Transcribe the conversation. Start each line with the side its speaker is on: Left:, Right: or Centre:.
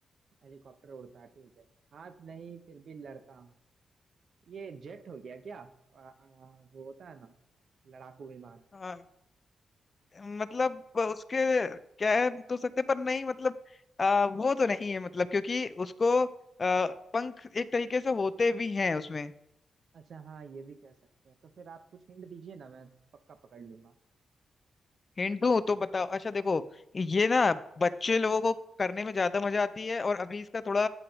Right: हेलीकॉप्टर उड़ता है ठीक है हाथ नहीं फिर भी लड़ता हूँ ये जेट हो गया क्या आ, आ, वो होता है ना लड़ाकू विमान
Left: आ, मतलब उसके कह तो सकते पर नहीं मतलब आ, वो तो नहीं है मतलब क्योंकि उसको आ, पंख एक तरीके से होते भी हैं उसमें
Right: अच्छा हाँ ये भी कह सकते हैं तो फिर आप कुछ हिंट दीजिए ना मैं पक्का पकड़ लूंगा
Left: हिंट दूं तो बताओ अच्छा देखो ये ना बच्चे लोगों को करने में ज्यादा मजा आती है और अभी इसका थोड़ा